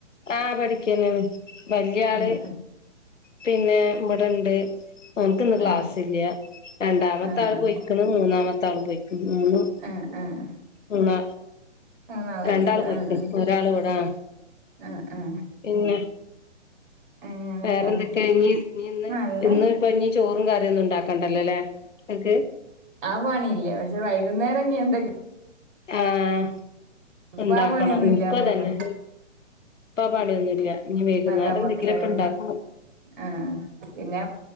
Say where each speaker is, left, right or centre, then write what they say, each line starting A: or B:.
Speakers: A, on the left; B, on the right.
A: ആഹ് പഠിക്കെന്നെണ് വല്യആള്
B: ആഹ്
A: പിന്നെ ഇവടെണ്ട് ഓന്ക്ക്ഇന്ന് ക്ലാസ്സ്
B: ആഹ്
A: ഇല്ല രണ്ടാമത്തെആള്
B: ആഹ് ആഹ്
A: പോയ്ക്ക്‌ണ്. മൂന്നാമത്തെആളും പോയ്ക്ക്‌ണ് മൂന്നു
B: ആഹ് ആഹ്
A: ഇല്ല
B: മൂന്നാളായിരിക്കും
A: രണ്ടാൾ പോയിക്ക്ണ്
B: ആഹ്
A: ഒരാള് ഇവിടെ.
B: ആഹ് ആഹ്
A: ഇല്ല.
B: അങ്ങനൊക്കെയാണ്
A: വേറെന്തൊക്കെ ഇനി ഇനി ഇന്ന്
B: നല്ല
A: ഇന്ന് ഇപ്പ ഇനി ചോറും കറിയൊന്നും ഇണ്ടാക്കണ്ടല്ലോല്ലേ ഇങ്ങക്ക്.
B: ആ പണിയില്ല പക്ഷെ വൈകുന്നേരം ഇനി എന്തൊക്കെയ?
A: ആഹ്
B: ഇപ്പൊ
A: ഇണ്ടാക്കണം
B: ആ പണിയൊന്നും
A: ഇനിക്കും
B: ഇല്ലാന്നേ
A: അതന്നെ.
B: ഉള്ളു
A: ഇപ്പാ പണിയൊന്നുല്ല ഇനി വൈകുന്നേരം
B: നല്ല അമ്മക്കിതായത്
A: എന്തെങ്കിലൊക്കെ ഉണ്ടാക്ക.
B: ആഹ് പിന്നെ.